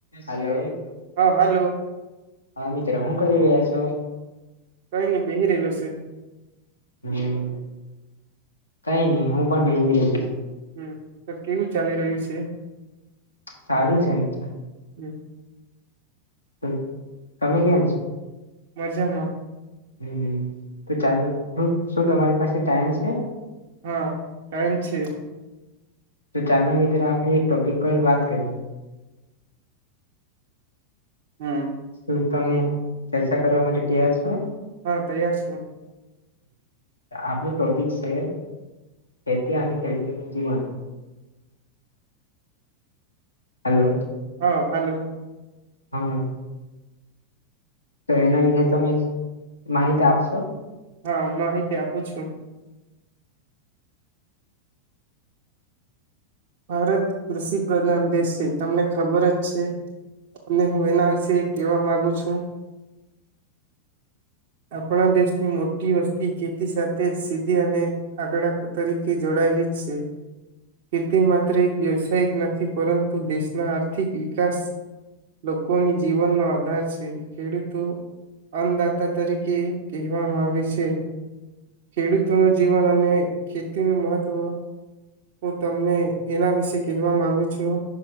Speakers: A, on the left; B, on the right.
A: હલો
B: હા હાલો
A: હ મિત્રો શું કરી રહ્યા છો
B: કઈ નહી બેહી રહેલો સે
A: હમ કઈ નહી હું પણ બેહી જ રહેલ
B: હમ તો કેવું ચાલી રહ્યું છે
A: સારું છે એમ તો
B: હમ
A: હમ તમે કેમ છો
B: મજામાં
A: હમ તો ચાલો શું શું તમારી પાસે ટાઈમ છે
B: હા ટાઈમ છે
A: તો ચાલો મિત્રો આપણે એક ટોપિક પર વાત કરીએ
B: હમ
A: શું તમે ચર્ચા કરવા માટે તૈયાર છો
B: હા તૈયાર છું
A: હ આપનો ટોપિક છે ખેતી અને ખેડૂતોનું જીવન હલો
B: હા હાલો
A: હમ તો એના વિશેે તમે માહિતી આપશો
B: હા માહિતી આપું છું ભારત કૃષિ પ્રધાન દેશ છે તમને ખબર જ છે અને હું એના વિશે કેવા માંગુ છું આપણા દેશની મોટી વસ્તી ખેતી સાથે જ સીધી અને આકડા તરીકે જોડાયેલી જ છે ખેતી માત્ર એક વ્યવસાયિક નથી પરંતુ દેશના આર્થિક વિકાસ લોકોની જીવનનો આધાર છે ખેડૂતો અંધ દાખલા તરીકે કહેવામાં આવે છે ખેડૂતો ન જીવન અને ખેતીનું મહત્વ હું તમને એના વિશે કહેવા માંગુ છું